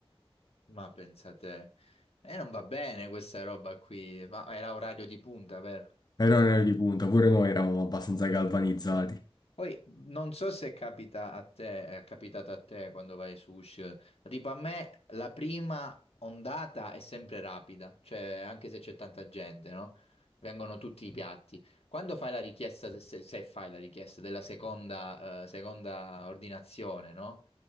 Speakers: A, on the left; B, on the left.
A: ma pensate, e non va bene questa roba qui, ma era orario di punta, vero?
B: errore di punta. Pure noi eravamo abbastanza galvanizzati.
A: Poi non so se capita a te, è capitato a te quando vai su sushi, ma tipo a me la prima ondata è sempre rapida, cioè anche se c'è tanta gente, no? Vengono tutti i piatti. Quando fai la richiesta, se, se fai la richiesta della seconda, eh, seconda ordinazione, no?